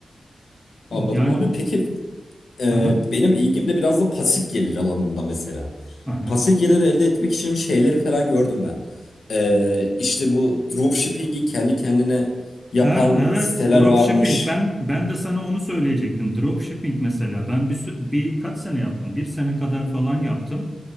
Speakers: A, on the left; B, in the centre.
A: Anladım
B: Yani
A: abi. Peki e,
B: aha,
A: benim ilgim de biraz da pasif gelir alanında mesela.
B: aha.
A: Pasif gelir elde etmek için şeyleri falan gördüm ben. E, işte bu dropshipping'i kendi kendine yapan
B: Ha, evet
A: siteler
B: dropshipping
A: varmış.
B: ben ben de sana onu söyleyecektim dropshipping mesela ben bir, sü- bir kaç sene yaptım bir sene kadar falan yaptım